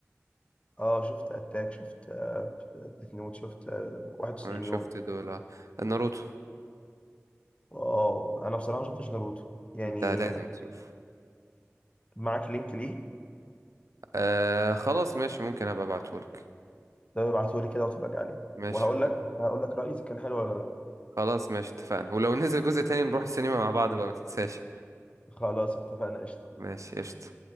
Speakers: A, on the left (about 25°); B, on the right (about 85°).
A: اه شفت اتاك شفت آه، ديث نوت شفت آه، 91
B: انا شفت
A: يوم
B: دول آه. ناروتو
A: اه انا بصراحه ما شفتش ناروتو يعني
B: انت لازم تشوف
A: معاك لينك ليه
B: آه خلاص ماشي ممكن ابقى ابعتهولك
A: ده ابعته لي كده واتفرج عليه
B: ماشي
A: وهقول
B: وال-
A: لك هقول لك رايي اذا كان حلو ولا لا
B: خلاص ماشي اتفقنا ولو نزل جزء تاني نروح السينما مع بعض بقى ما تنساش
A: خلاص اتفقنا قشطه
B: ماشي قشطة